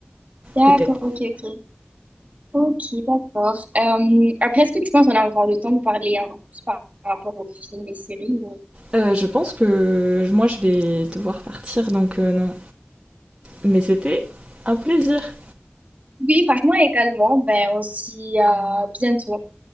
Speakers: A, on the right; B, on the right.
A: D'accord,
B: Peut-être.
A: ok ok. Ok, d'accord. Euh, après, est-ce que tu penses qu'on a encore le temps de parler un peu plus par par rapport aux films et séries ou-
B: Euh, je pense que moi, je vais devoir partir, donc euh, non. Mais c'était un plaisir.
A: Oui, franchement, également. Ben, on se dit à bientôt.